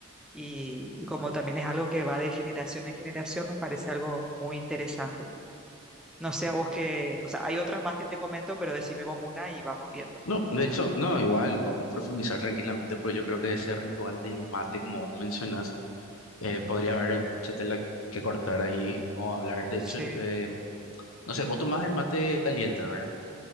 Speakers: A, in the centre; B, on the left.
A: y, y como también es algo que va de generación en generación, me parece algo muy interesante. No sé a vos que, o sea, hay otras más que te comento, pero decime vos una y vamos viendo.
B: No, de hecho, no, igual, podemos profundizar tranquilamente, pero yo creo que ese ritual del mate, como vos mencionas, eh, podría haber mucha tela que cortar ahí o hablar. De hecho,
A: Sí,
B: eh, no sé, vos tomás el mate caliente, ¿verdad?